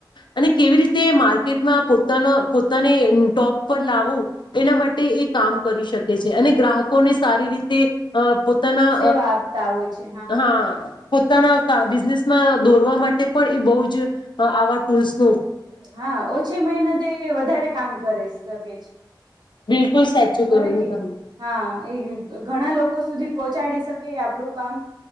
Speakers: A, on the left (about 75°); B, on the right (about 65°).
A: અને કેવી રીતે માર્કેટમાં પોતાના પોતાને ટોપ પર લાવો એના માટે એ કામ કરી શકે છે. અને ગ્રાહકોને સારી રીતે અ પોતાના
B: સેવા આપતા હોય છે
A: અ હા. પોતાના બિઝનેસમાં દોરવા માટે પણ એ બહુ જ આવા ટૂલ્સ ન
B: હા ઓછી મિનતે વધારે કામ કરે શકે. તમે
A: બિલકુલ સાચું કહ્યું
B: ઘરે કીધું
A: તમે
B: હા એ ઘણા લોકો સુધી પહોંચાડી શકે આપણું કામ